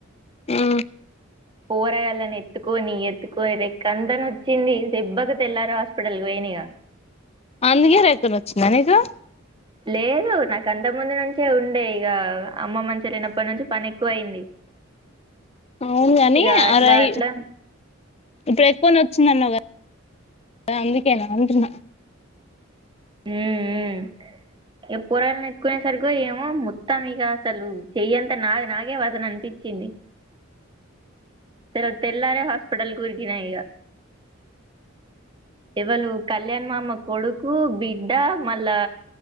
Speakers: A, on the left; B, on the right.
A: ఆ
B: పోరగాల్లని ఎత్తుకొని ఎత్తుకొని రెక్కంత నోచ్చింది దెబ్బకి తెల్లార హాస్పిటల్ పోయినాయిగా
A: అందుకే రెక్క నోచ్చిందా నీకు
B: లేదు కంతకు ముందు నుంచే ఉండే ఇక అమ్మ మంచి లేనప్పటి నుంచి పని ఎక్కువ అయింది
A: అవును గాని
B: ఇక అట్లా
A: అరై
B: అట్లా
A: ఇప్పుడు ఎక్కువ నోచ్చిందన్నవు కదా అందుకే అంటున్నా
B: ఉమ్ ఉమ్ ఇగ పోరగల్లు నెత్తుకునే సరికో ఏమో మొత్తాం ఇ అసలు చెయ్యంత నాది నాకే వజన్ అనిపించింది తరవాత తెల్లారే హాస్పిటల్ కి ఉరికిన ఇక ఎవలు కళ్యాణ్ మామ కొడుకు బిడ్డ మళ్ళా